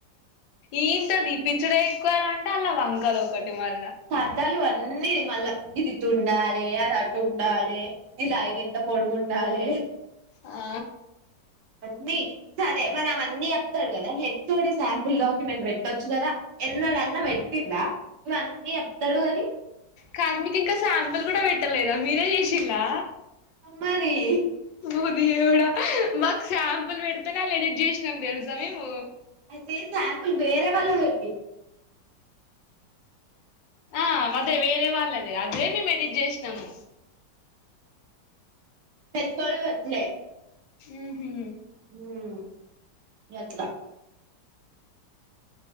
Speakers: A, on the left (about 85°); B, on the right (about 65°).
A: ఇంతో దీపిచ్చుడే ఎక్కువ రా అంటే అల్లా వంకలు ఒకటి మళ్ళా
B: తాతలు అన్నీ మళ్ళ ఇది ఇటు ఉండాలె అది అటు ఉండాలె ఇలా కొడుకుం డ్
A: ఆ
B: అన్ని సరే మరి అవన్నీ చెప్తాడు కదా H O D sir full document పెట్టొచ్చు కదా ఎన్నడన్న వెట్టింద ములన్నీ చెప్తాడు కాని
A: కాద్ మీకింక శాంపిల్ కూడ పెట్టలేదా మీరే చేసి న్లా
B: మరి
A: ఒ దేవుడ మాకు శాంపుల్ పెడితేనే అళ్ళ ఎడిట్ చేసినాం తెలుసా మేము
B: అయితె సాంపుల్ వేరె వాళ్ళ పెట్టి
A: ఆ వదే వేరే వాళ్ళది అద్ మేము ఎడిట్ చేసినాము
B: పెద్దోల్ వద్దులే
A: ఊహు
B: ఉమ్ గట్ల